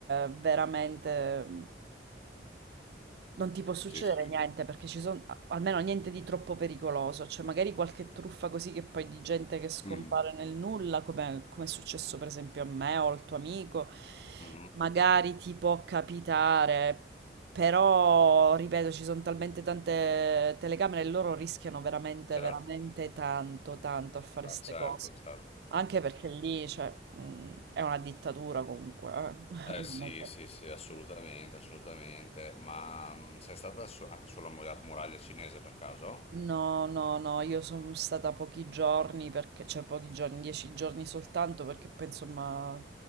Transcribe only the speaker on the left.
Sì, sì.
Mhm,
mhm,
Certo,
Ah,
certo,
certo.
Eh
sì,
sì, sì, assolutamente, assolutamente. Ma mh, sei stata su- anche sulla mura- muraglia cinese per caso?